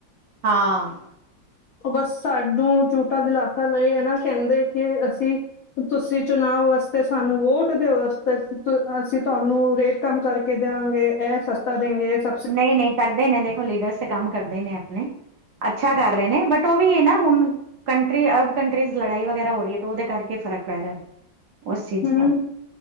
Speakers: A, on the right; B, on the left.
A: ਹਾਂ,
B: ਉਹ ਬਸ ਸਾਨੂੰ ਝੂਠਾ ਦਿਲਾਸਾ ਲਏ ਇਹ ਨਾ ਕਹਿੰਦੇ ਕਿ ਅਸੀਂ ਤੁਸੀਂ ਚੁਣਾਵ ਵਾਸਤੇ ਸਾਨੂੰ ਵੋਟ ਦੇ ਵਾਸਤੇ ਅਸੀਂ ਤੁਹਾਨੂੰ ਰੇਟ ਕੰਮ ਕਰਕੇ ਦੇਵਾਂਗੇ ਇਹ ਸਸਤਾ ਦੇਂਗੇ ਸ
A: ਨਈ ਨਈ ਕਰਦੇ ਨੇ ਦੇਖੋ ਲੀਡਰਸ ਤੇ ਕੰਮ ਕਰਦੇ ਈ ਨੇ ਆਪਣੇ ਅੱਛਾ ਕਰ ਰਹੇ ਨੇ ਬਟ ਉਹ ਵੀ ਇਹ ਨਾ ਹੁਣ ਕੰਟਰੀ ਅਰਬ ਕੰਟਰੀਜ਼ ਲੜਾਈ ਵਗੈਰਾ ਹੋ ਰੀ ਹੈ ਤੇ ਉਹਦੇ ਕਰਕੇ ਫ਼ਰਕ ਪੈ ਰਿਹਾ। ਉਸ ਚੀਜ਼
B: ਹੂੰ,
A: ਦਾ